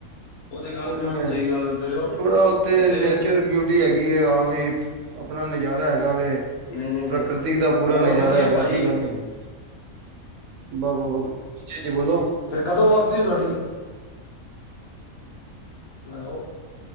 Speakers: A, on the left (about 85°); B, on the right (about 70°).
A: ਉਹ ਤੇ ਗੱਲ
B: ਉਹਨਾਂ
A: ਬਿਲਕੁਲ
B: ਨੇ,
A: ਸਹੀ ਗੱਲ ਕਰਦੇ ਪਏ ਹੋ
B: ਥੋੜਾ ਉੱਥੇ
A: ਉਥੇ
B: ਨੈਚਰ ਬਿਊਟੀ- ਟੀ ਹੈਗੀ, ਹਾਂ ਵੀ ਆਪਣਾ ਨਜ਼ਾਰਾ ਹੈਗਾ ਵ-
A: ਨਹੀਂ ਨਹੀਂ
B: ਪ੍ਰਕ੍ਰਿਤਿਕ
A: ਨਹੀਂ
B: ਦਾ ਪੂਰਾ
A: ਹੋਰ
B: ਨਜ਼ਾਰਾ
A: ਵਧੀਆ
B: ਹੈਗਾ,
A: ਭਾਜੀ
B: ਐਸੀ ਗੱਲ ਨਹੀਂ- ਵ ਹਾਂ, ਹਾਂਜੀ ਬੋਲੋ-
A: ਫਿਰ ਕਦੋਂ ਵਾਪਸੀ ਹੋ ਤੁਹਾਡੀ- ਹੈਲੋ